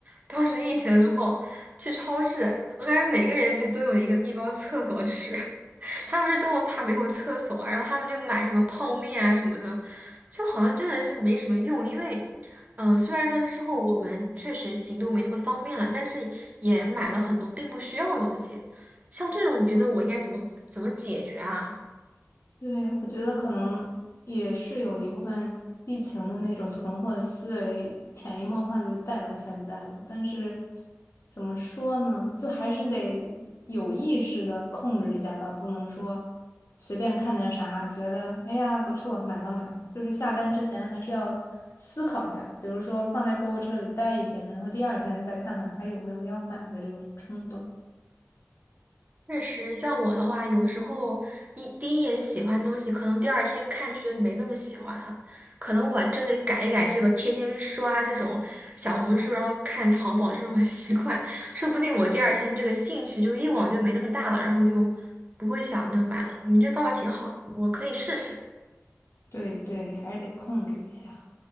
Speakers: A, on the right; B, on the left.
A: 当时疫情之后去超市，我感觉每个人就都有一个一包厕所纸。他们是多么怕没有厕所啊，然后他们就买什么泡面啊什么的，就好像真的是没什么用。因为，嗯、虽然说之后我们确实行动没那么方便了，但是也买了很多并不需要的东西。像这种，你觉得我应该怎么怎么解决啊？
B: 对，我觉得可能也是有一部分疫情的那种囤货的思维，潜移默化的就带到现在了。但是怎么说呢，就还是得有意识的控制一下吧，不能说随便看见啥觉得哎呀不错，买了买了，就是下单之前还是要思考一下，比如说放在购物车里待一天，然后第二天再看看还有没有要买的这种冲动。
A: 确实，像我的话，有时候一第一眼喜欢东西，可能第二天看就觉得没那么喜欢了，可能我真得改一改这个天天刷这种小红书，然后看淘宝这种 <laughs> 习惯，说不定我第二天这个兴趣、就个欲望就没那么大了，然后就不会想着买了。你这方法挺好的，我可以试试。
B: 对对，还是得控制一下。